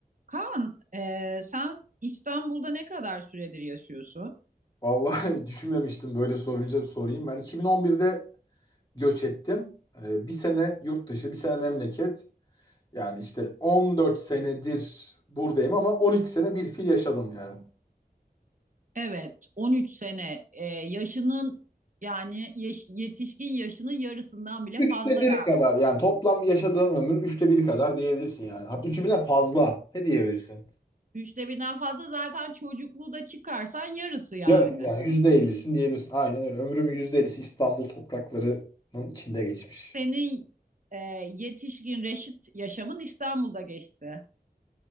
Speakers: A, on the right (about 50°); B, on the left (about 25°).
A: Kaan, e, sen İstanbul'da ne kadar süredir yaşıyorsun?
B: Vallahi <laughs> düşünmemiştim böyle sorunca sorayım. Ben 2011'de göç ettim. Ee, bir sene yurt dışı, bir sene memleket. Yani işte 14 senedir buradayım ama 12 sene bir fil yaşadım yani.
A: Evet, 13 sene. E, yaşının yani yaş- yetişkin yaşının yarısından bile
B: Üçte
A: fazla
B: biri
A: galiba.
B: kadar yani toplam yaşadığım ömrün üçte biri kadar diyebilirsin yani. Hatta üçü bile fazla. Ne diyebilirsin?
A: Üçte birden fazla zaten çocukluğu da çıkarsan yarısı yani.
B: Yarısı yani yüzde ellisin diyebilirsin. Aynen öyle. Ömrümün yüzde ellisi İstanbul topraklarının içinde geçmiş.
A: Senin e, yetişkin reşit yaşamın İstanbul'da geçti.